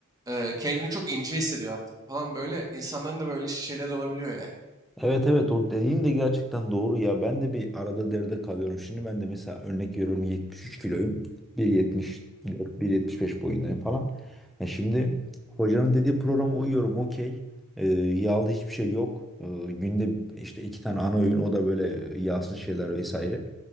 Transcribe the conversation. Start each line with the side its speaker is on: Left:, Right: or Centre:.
Right: e, kendini çok ince hissediyor artık falan böyle. insanların da böyle şeyler de olabiliyor yani.
Centre: Evet evet o dediğin de gerçekten doğru ya. Ben de bir arada deride kalıyorum. Şimdi ben de mesela örnek veriyorum 73 kiloyum. 1.74, 1.75 boyundayım falan. E şimdi hocanın dediği programa uyuyorum okey. E, yağlı hiçbir şey yok. E, günde işte iki tane ana öğün o da böyle yağsız şeyler vesaire.